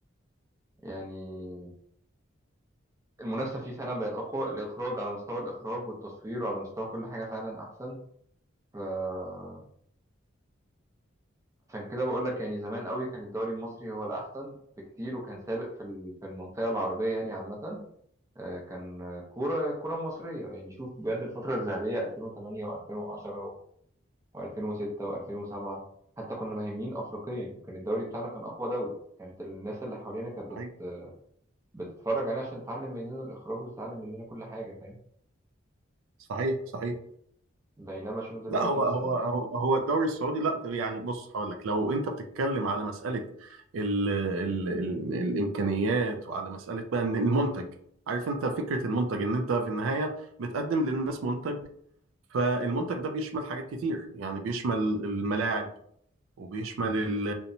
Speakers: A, on the right; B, on the right.
A: يعني المنافسة فيه فعلا بقت أقوى الإخراج على مستوى الإخراج والتصوير وعلى مستوى كل حاجة فعلا أحسن فعشان كده بقول لك يعني زمان قوي كان الدوري المصري هو الأحسن بكتير وكان سابق في ال- في المنطقة العربية يعني عامة آه، كان كورة كورة مصرية يعني شوف بجد الفترة الذهبية 2008 و2010 و2006 و2007 حتى كنا مهيمنين أفريقيا كان الدوري بتاعنا كان أقوى دوري كانت الناس اللي حوالينا كانت
B: صحيح
A: بت- بتتفرج علينا عشان تتعلم مننا الإخراج وتتعلم مننا كل حاجة فاهم
B: صحيح صحيح
A: بينما شوف دلوقتي
B: لا هو
A: مثلا
B: هو هو هو الدوري السعودي لا طب يعني بص هقول لك لو انت بتتكلم على مساله ال ال ال الامكانيات وعلى مساله بقى ان المنتج عارف انت فكره المنتج ان انت في النهايه بتقدم للناس منتج فالمنتج ده بيشمل حاجات كتير يعني بيشمل الملاعب وبيشمل ال-